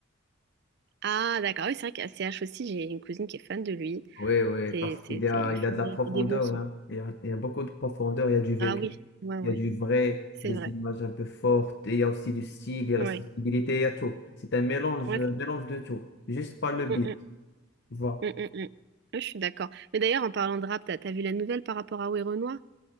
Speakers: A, on the right; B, on the left.
A: Ah, d'accord, oui, c'est vrai qu'à CH aussi, j'ai une cousine qui est fan de lui.
B: Oui, oui,
A: C'est,
B: parce qu'il
A: c'est,
B: y
A: c'est,
B: a,
A: il
B: il
A: fait
B: a de
A: des,
B: la
A: il
B: profondeur,
A: fait des bons sons.
B: hein. Il y a, il y a beaucoup de profondeur, il y a du vécu,
A: Ah oui, ouais, ouais,
B: il y a du vrai,
A: c'est
B: des
A: vrai.
B: images un peu fortes, et il y a aussi du style, il y a
A: Ouais,
B: la sensibilité, il y a tout. C'est un mélange,
A: ouais.
B: un
A: c'est-
B: mélange de tout, juste pas le beat,
A: Mm, mm,
B: tu vois.
A: mm, mm, mm. Ouais, Je suis d'accord. Mais d'ailleurs, en parlant de rap, t'as, t'as vu la nouvelle par rapport à Werenoi?